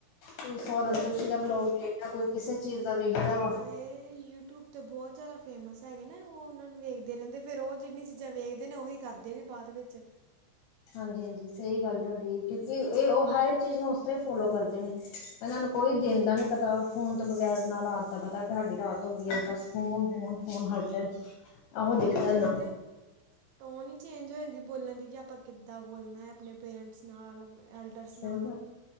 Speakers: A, on the left; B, on the right.
A: ਕੋਈ ਸੋਰਭ
B: ਹਾਂਜੀ
A: ਜੋਸ਼ੀ ਦਾ ਵਲੋਗ ਦੇਖਦਾ, ਕੋਈ ਕਿਸੇ ਚੀਜ਼ ਦਾ ਵੇਖਦਾ ਵਾ।
B: ਏ ਯੂਟਿਊਬ ਤੇ ਬੋਤ ਜਾਦਾ ਫੇਮਸ ਹੈਗੇ ਨਾ, ਓ ਓਨਾਂ ਨੂੰ ਵੇਖਦੇ ਰਹਿੰਦੇ। ਫੇਰ ਓ ਜਿੰਨੀ ਚੀਜ਼ਾਂ ਵੇਖਦੇ ਨੇ ਓਹੀ ਕਰਦੇ ਨੇ ਬਾਦ ਵਿੱਚ।
A: ਹਾਂਜੀ-ਹਾਂਜੀ, ਸਹੀ ਗੱਲ ਤੁਹਾਡੀ ਕਿਉਂਕਿ ਏ ਓ ਹਰ ਇੱਕ ਚੀਜ਼ ਨੂੰ ਉਸ ਤਰ੍ਹਾਂ ਹੀ ਫੋਲੋ ਕਰਦੇ ਨੇ ਇਹਨਾਂ ਨੂੰ ਕੋਈ ਦਿਨ
B: ਹਾਂਜੀ
A: ਦਾ ਨੀ ਪਤਾ। ਫੋਨ ਤੋਂ ਬਗੈਰ ਨਾ ਰਾਤ ਦਾ ਪਤਾ ਕਿ ਸਾਡੀ ਰਾਤ ਹੋ ਗਈ ਐ, ਬਸ ਫੋਨ, ਫੋਨ, ਫੋਨ ਹਰ ਟਾਈਮ। ਆਹੋ
B: ਕਈ
A: ਦਿਖਦਾ
B: ਬੱਚਿਆਂ
A: ਨਾ
B: ਦੀ ਤੇ ਟੋਨ ਈ ਚੇਂਜ ਹੋ ਜਾਂਦੀ ਬੋਲਣ ਦੀ ਕਿ ਆਪਾਂ ਕਿੱਦਾਂ ਬੋਲਣਾ ਹੈ ਆਪਨੇ ਪੇਰੈਂਟਸ ਨਾਲ, ਐਲਡਰਸ ਨਾਲ।
A: ਸਹੀ ਗੱਲ